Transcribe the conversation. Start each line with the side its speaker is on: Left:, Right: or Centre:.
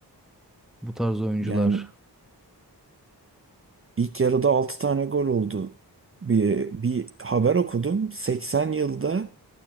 Centre: bu tarz oyuncular.
Right: Yani İlk yarıda 6 tane gol oldu. Bir, bir haber okudum. 80 yılda